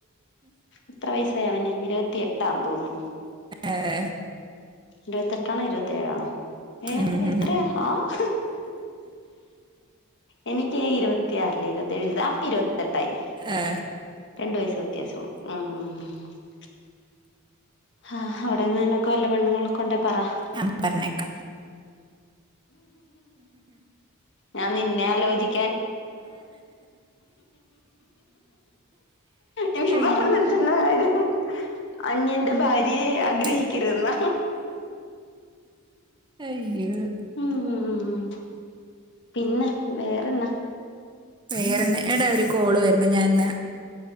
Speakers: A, on the left; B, on the right.
A: എത്ര വയസ്സായി അവനെ ഇരുപത്തിയട്ടാ തോന്നുന്നു
B: ഏഹ്
A: ഇരുപത്തെട്ടാണോ ഇരുപത്തി ഏഴാണോ ഏ
B: ഉം
A: എത്രയാ
B: ഉം
A: ആഹ എനിക്കെ ഇരുപത്തിയാർല ഇരുപത്തിഏഴ അപ്പ ഇരു തെട്ടായി
B: ഏഹ്
A: രണ്ടു വയസ ത്യാസ ഉള്ള ഉം ഉ ആഹ് അവിടെങ്ങാനൊക്കെ വല്ല പെണ്ണങ്ങൾക്ക കൊണ്ടേ പറ
B: അ പർനേക്ക
A: ഞാൻ നിന്നെ ആലോചി <unintelligible> ഇനി
B: അയ്യോ
A: പറഞ്ഞിട്ടുന്ന കാര്യം അൻ ഭാര്യ ആഗ്രഹിക്കരുതെന്ന
B: ഉം അയ്യോ
A: ഉം പിന്നെ വേറെന്നാ?
B: വേറെന്ന് എടാ ഒരു കോള് വര്ന്ന് ഞാൻന്ന്